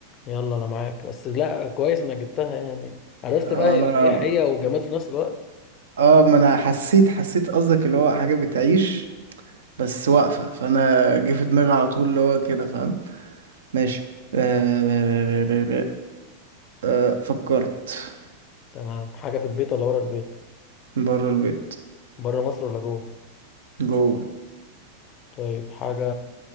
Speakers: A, on the left; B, on the right.
A: يلا انا معاك بس لا كويس انك جبتها يعني عرفت
B: انا
A: بقى يعني ايه حقيقة وجماد في نفس الوقت
B: اه ما انا حسيت حسيت قصدك اللي هو حاجة بتعيش بس واقفة فانا جه في دماغي على طول اللي هو كده فاهم ماشي آه... آه... فكرت
A: تمام حاجة في البيت ولا بره البيت
B: بره البيت
A: بره مصر ولا جوه
B: جوه
A: طيب حاجة